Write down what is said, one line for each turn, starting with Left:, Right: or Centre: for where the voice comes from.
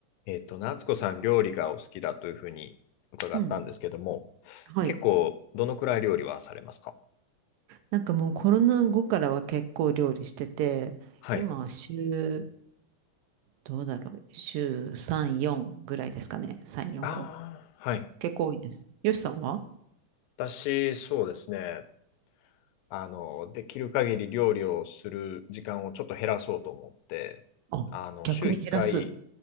Left: えっ、と、夏子さん、料理がお好きだというふうに伺ったんですけども、
Right: うん。はい。
Left: 結構、どのくらい料理はされますか
Right: なんかもうコロナ後からは結構料理してて、
Left: はい。
Right: 今は週、どうだろう、週3、4ぐらいですかね。3、4、
Left: ああ、
Right: 5。
Left: はい。
Right: 結構多いです。よしさんは
Left: 私、そうですね。あの、できる限り料理をする時間をちょっと減らそうと思って、
Right: あ、
Left: あの、
Right: 逆に減らす。
Left: 週1回、
Right: う